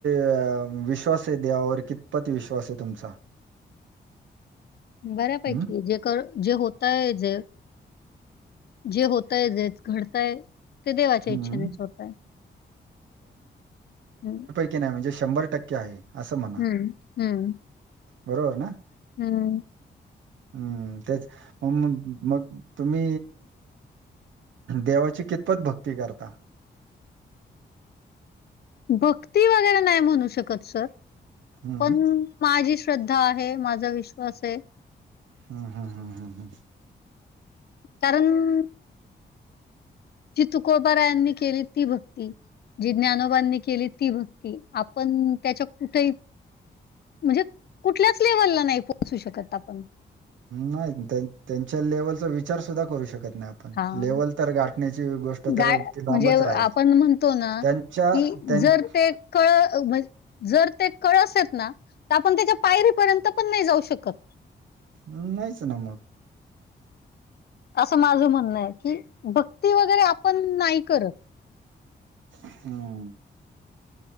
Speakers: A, on the right; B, on the left.
A: अं विश्वासये देवावर, कितपत विश्वास आहे तुमचा.
B: बऱ्यापैकी
A: हं,
B: जग जे होतंय जे जे होतंय जे घडतय. ते देवाच्या
A: हं.
B: इच्छेनेच होतय. हम्
A: ते नाही, म्हजे शंभर टक्के आहे असं म्ह
B: हम्म हम्म
A: बरोबर ना?
B: हम्म.
A: हम्म तेच, मग मग तुम्ही देवाची कितपत भक्ती करता?
B: भक्ती वगैरे नाही म्हणू शकत सर,
A: हं,
B: पण माझी श्रद्धा आहे माझा विश्वास हे.
A: हम्म हम्म हम्म हम्म,
B: कारण. जी तुकोबारायांनी केली ती भक्ती. जी ज्ञानोबांणी केली ती भक्ती आपण त्याच्या कुठेही. म्हणजे कुठल्याच लेवलला नाही पोहोचू शकत आपण.
A: नाही त्या त्यांच्या लेवलचा विचार सुद्धा करू शकत नाही आपन.
B: हां.
A: लेवल तर गाठण्याची गोष्ट तर
B: गाय
A: ती लांबच
B: म्हणजे
A: राहिली
B: आपण म्हणतो ना,
A: त्यां ''--'' च्या
B: की
A: त्यां''--''
B: जर ते कळ म्हण जर ते कळस आहेत ना तर आपण त्याच्या पायरीपर्यंत पण नाही जाऊ शकत.
A: हम्, नाहीच ना मग.
B: असं माझं म्हणणं आहे की, भक्ती वगैरे आपण नाही करत.
A: हम्,